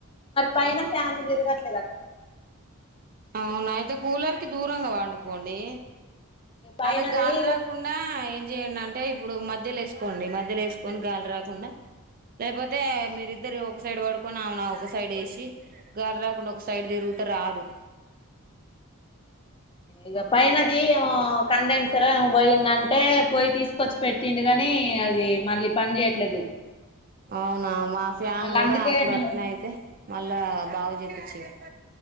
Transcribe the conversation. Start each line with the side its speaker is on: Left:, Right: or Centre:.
Left: పైన ఫ్యాను తిరగట్ల
Right: అవునా అయితే కూలర్ కి దూరంగా పనుకోండి
Left: పైనది
Right: ఆమెకు గాల్ రాకుండా చేయండి అంటే ఇప్పుడు మధ్యలో ఏసుకోండి మధ్యలో ఏసుకొని గాలి రాకుండా లేకపోతే మీరిద్దరు ఒక సైడ్ పడుకొని అవునా ఒక సైడ్ వేసి గాలి రాకుండా ఒక సైడ్ తిరుగుత రాదు
Left: ఇక పైనది ఏమొ కండెన్సరా ఏమొ బొయ్యిందం అంటే పోయి తీసుకొచ్చి పెట్టిండు కాని అది మళ్ళీ పని చేయట్లేదు
Right: అవునా మా ఫ్యాన్
Left: ఇక మళ్ళీ
Right: గూడా
Left: అందుకే
Right: అప్పుడు
Left: మేము
Right: అట్నే అయితే మళ్ళా బాగు జేపిచ్చిరి